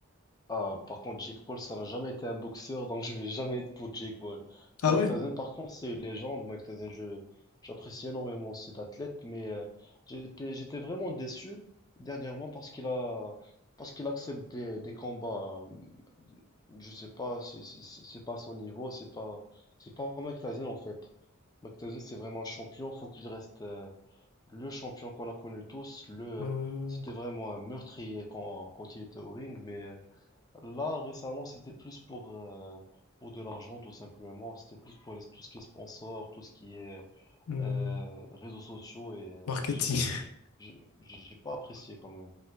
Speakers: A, on the left (about 20°); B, on the left (about 80°).
A: Ah, par contre, Jake Paul, ça n'a jamais été un boxeur, donc je vais jamais être pour Jake Paul.
B: Ah
A: Mike
B: ouais?
A: Tyson, par contre, c'est une légende. Mike Tyson, je, j'apprécie énormément cet athlète, mais euh, j'étais, j'étais vraiment déçu dernièrement parce qu'il a, parce qu'il accepte des, des combats. euh, Je sais pas, c'est c'est- c'est- c'est pas son niveau, c'est pas, c'est pas Mike Tyson en fait. Mike Tyson, c'est vraiment un champion, faut qu'il reste euh, le champion qu'on a connu tous. Le,
B: Hum,
A: c'était vraiment un meurtrier quand, quand il était au ring, mais euh, Là, récemment, c'était plus pour, euh, pour de l'argent, tout simplement. C'était plus pour les- tout ce qui est sponsor, tout ce qui est
B: hum.
A: euh, réseaux sociaux. Et
B: Marketing.
A: j'ai j'ai-
B: <laughs>
A: j'ai- j'ai pas apprécié quand même.